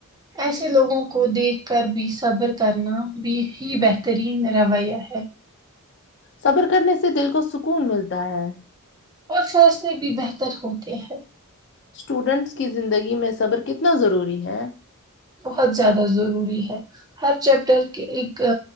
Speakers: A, on the right (about 15°); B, on the left (about 55°).
A: ایسے لوگوں کو دیکھ کر بھی صبر کرنا بھی ہی بہترین رویہ ہے
B: صبر کرنے سے دل کو سکون ملتا ہے
A: اور فیصلے بھی بہتر ہوتے ہیں
B: اسٹوڈنٹس کی زندگی میں صبر کتنا ضروری ہے
A: بہت زیادہ ضروری ہے ہر چیپٹر کے ایک